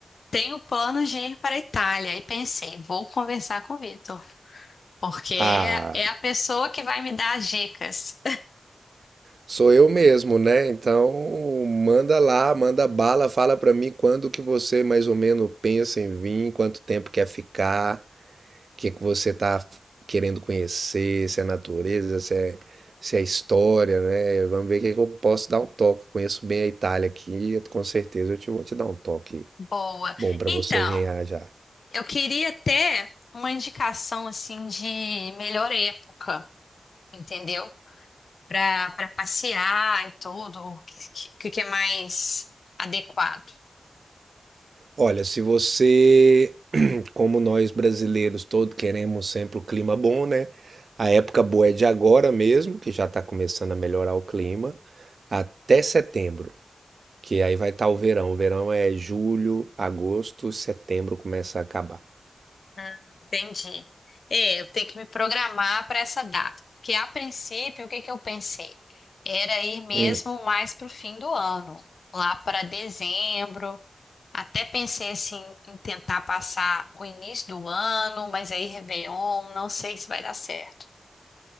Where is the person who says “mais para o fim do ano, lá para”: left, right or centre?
Left